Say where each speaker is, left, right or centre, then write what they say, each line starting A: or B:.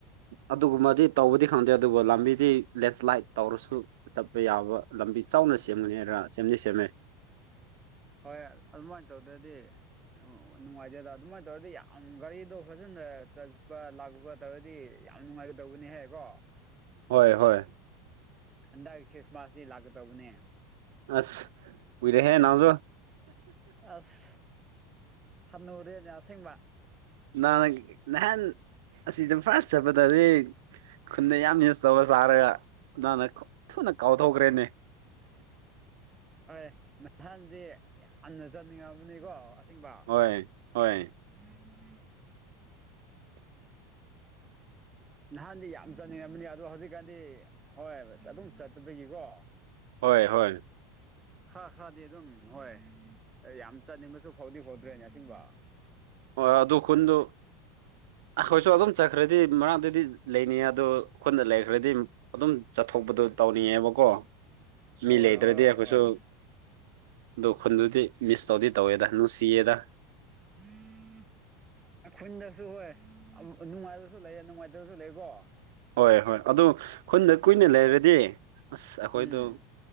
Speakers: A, on the right; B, on the right.
A: ꯑꯗꯨꯒꯨꯝꯕꯗꯤ ꯇꯧꯕꯗꯤ ꯈꯪꯗꯦ ꯑꯗꯨꯕꯨ ꯂꯝꯕꯤꯗꯤ ꯂꯦꯟꯁ꯭ꯂꯥꯏꯠ ꯇꯧꯔꯁꯨ ꯆꯠꯄ ꯌꯥꯕ ꯂꯝꯕꯤ ꯆꯥꯎꯅ ꯁꯦꯝꯒꯅꯤꯔ ꯁꯦꯝꯗꯤ ꯁꯦꯝꯃꯦ
B: ꯍꯣꯏ ꯑꯗꯨꯃꯥꯏꯅ ꯇꯧꯗ꯭ꯔꯗꯤ ꯑꯣ ꯅꯨꯡꯉꯥꯏꯖꯦꯗ ꯑꯗꯨꯃꯥꯏꯅ ꯇꯧꯔꯗꯤ ꯌꯥꯝ ꯒꯥꯔꯤꯗꯣ ꯐꯖꯅ ꯆꯠꯄ ꯂꯥꯛꯄ ꯇꯧꯔꯗꯤ ꯌꯥꯝ ꯅꯨꯡꯉꯥꯏꯒꯗꯧꯕꯅꯤ ꯍꯥꯏꯀꯣ
A: ꯍꯣꯏ ꯍꯣꯏ
B: ꯍꯟꯗꯛꯀꯤ ꯈ꯭ꯔꯤꯁꯃꯥꯁꯇ ꯂꯥꯛꯀꯗꯧꯕꯅꯦ
A: ꯑꯁ ꯀꯨꯏꯔꯦꯍꯦ ꯅꯪꯁꯨ
B: ꯑꯁ ꯍꯝꯅꯨꯔꯦꯅꯦ ꯑꯁꯦꯡꯕ
A: ꯅꯍꯥꯟ ꯅꯍꯥꯟ ꯑꯁꯤꯗ ꯐꯥꯔꯁ ꯆꯠꯄꯗꯗꯤ ꯈꯨꯟꯗ ꯌꯥꯝ ꯌꯨꯁ ꯇꯧꯔ ꯆꯥꯔꯒꯅ ꯊꯨꯅ ꯀꯥꯎꯊꯣꯛꯈ꯭ꯔꯦꯅꯦ
B: ꯑꯦ ꯅꯍꯥꯟꯗꯤ ꯍꯟꯅ ꯆꯠꯅꯤꯡꯉꯕꯅꯤꯀꯣ ꯑꯁꯦꯡꯕ
A: ꯍꯣꯏ ꯍꯣꯏ
B: ꯎꯝ
A: <inaudible>
B: ꯅꯍꯥꯟꯗꯤ ꯌꯥꯝ ꯆꯥꯅꯤꯡꯉꯕꯅꯤ ꯑꯗꯣ ꯍꯧꯖꯤꯛꯀꯥꯟꯗꯤ ꯍꯣꯏ ꯑꯗꯨꯝ ꯆꯠꯇꯄꯗꯒꯤꯀꯣ
A: ꯍꯣꯏ ꯍꯣꯏ
B: ꯈꯔ ꯈꯔꯗꯤ ꯑꯗꯨꯝ ꯍꯣꯏ ꯌꯥꯝ ꯆꯠꯅꯤꯡꯕꯁꯨ ꯐꯥꯎꯗꯤ ꯐꯥꯎꯗ꯭ꯔꯦ ꯉꯁꯤꯡꯕ
A: ꯍꯣꯏ ꯍꯣꯢ ꯑꯗꯨ ꯈꯨꯟꯗꯨ ꯑꯩꯈꯣꯏꯁꯨ ꯑꯗꯨꯝ ꯆꯠꯈ꯭ꯔꯗꯤ ꯃꯔꯥꯡꯗꯗꯤ ꯂꯩꯅꯤ ꯑꯗꯣ ꯑꯩꯈꯣꯏꯗ ꯂꯩꯈ꯭ꯔꯗꯤ ꯑꯗꯨꯝ ꯆꯠꯊꯣꯛꯄꯗꯣ ꯇꯧꯅꯤꯡꯉꯦꯕꯀꯣ ꯃꯤ
B: ꯍꯣꯏ
A: ꯂꯩꯗ꯭ꯔꯗꯤ
B: ꯍꯣꯏ ꯍꯣꯏ
A: ꯑꯩꯈꯣꯏꯁꯨ
B: ꯍꯣꯏ
A: ꯗꯣ ꯈꯨꯟꯗꯨꯗꯤ ꯃꯤꯁ ꯇꯧꯗꯤ ꯇꯧꯋꯦꯗ ꯅꯨꯡꯁꯤꯌꯦꯗ
B: ꯍ <inaudible> ꯈꯨꯈꯟꯗꯁꯨ ꯍꯣꯏ ꯅꯨꯡꯉꯥꯏꯕꯁꯨ ꯂꯩ ꯅꯨꯡꯉꯥꯏꯇꯕꯁꯨ ꯂꯩꯀꯣ
A: ꯍꯣꯏ ꯍꯣꯏ ꯑꯗꯨ ꯈꯨꯟꯗ ꯀꯨꯏꯅ ꯂꯩꯔꯗꯤ ꯑꯁ ꯑꯩꯈꯣꯏꯗꯣ
B: ꯎꯝ